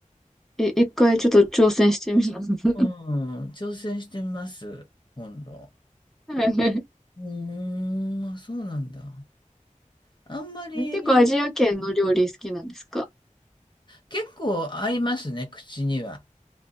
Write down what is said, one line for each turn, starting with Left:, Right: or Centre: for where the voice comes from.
Centre: え、一回ちょっと挑戦してみます。<laughs>
Left: うん、挑戦してみます、今度。
Centre: はい
Left: うーん、あ、そうなんだ。あんまり、
Centre: 結構アジア圏の料理好きなんですか
Left: 結構合いますね、口には。